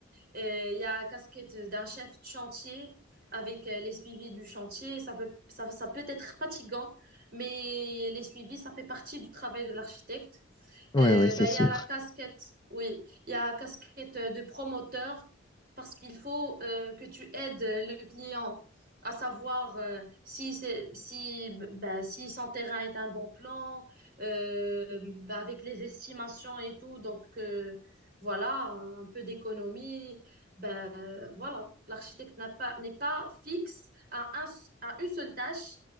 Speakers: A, on the right; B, on the left.
A: Et Il y a la casquette d'un chef de chantier avec euh, les suivis du chantier. Ça peut, ça, ça peut être fatigant, mais les suivis, ça fait partie du travail de l'architecte.
B: Oui,
A: Euh,
B: oui, c'est
A: ben,
B: sûr.
A: il y a la casquette, oui. Il y a la casquette euh, de promoteur parce qu'il faut euh, que tu aides euh, le client à savoir euh, si c'est si ben, si son terrain est un bon plan euh, ben, avec les estimations et tout. Donc euh, voilà, un peu d'économie. Ben euh, voilà, Donc, l'architecte n'a pas n'est pas fixe à un à une seule tâche,